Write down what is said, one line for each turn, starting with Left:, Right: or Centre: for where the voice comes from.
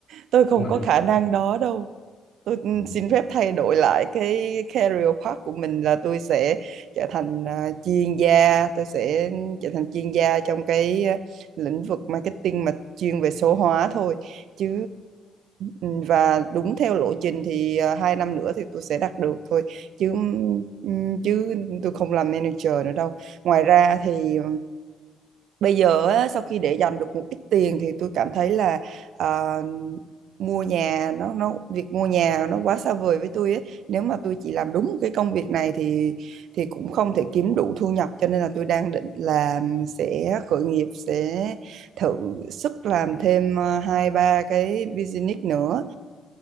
Right: tôi không
Left: nhưng mà
Right: có
Left: được
Right: khả
Left: được.
Right: năng đó đâu. Tôi ừ,
Left: ừ.
Right: xin phép thay đổi lại cái career path của mình là tôi sẽ trở thành à, chuyên gia, tôi sẽ trở thành chuyên gia trong cái à, lĩnh vực marketing mà chuyên về số hóa thôi. Chứ ừ, và đúng theo lộ trình thì à, hai năm nữa thì tôi sẽ đạt được thôi. Chứ ừ, chứ tôi không làm manager nữa đâu. Ngoài ra thì bây giờ á, sau khi để dành được một ít tiền thì tôi cảm thấy là ờ, mua nhà nó nó việc mua nhà nó quá xa vời với tôi ấy. Nếu mà tôi chỉ làm đúng cái công việc này thì thì cũng không thể kiếm đủ thu nhập cho nên là tôi đang định là sẽ khởi nghiệp sẽ thử sức làm thêm ờ, hai ba cái business nữa.